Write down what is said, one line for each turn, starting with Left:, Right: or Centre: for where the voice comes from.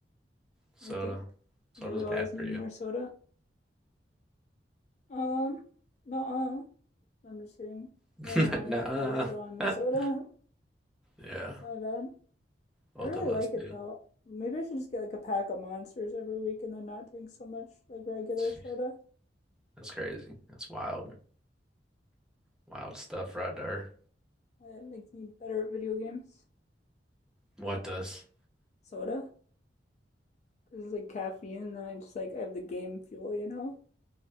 Centre: Soda.
Left: I think.
Centre: Soda's
Left: Yeah, we always
Centre: bad
Left: need
Centre: for you.
Left: more soda. Um. No. uh, I'm just kidding.
Centre: <laughs>
Left: Yeah, I know. I
Centre: Nah.
Left: should probably chill on the
Centre: <laughs>
Left: soda. It's
Centre: Yeah,
Left: my bad.
Centre: both
Left: I really
Centre: of us
Left: like
Centre: do.
Left: it though. Maybe I should just get like a pack of monsters every week and then not drink so much like regular
Centre: Jeez,
Left: soda.
Centre: That's crazy. That's wild. Wild stuff right there.
Left: It makes me better at video games.
Centre: What does?
Left: Soda? Because it's like caffeine and then I just like I have the game fuel, you know?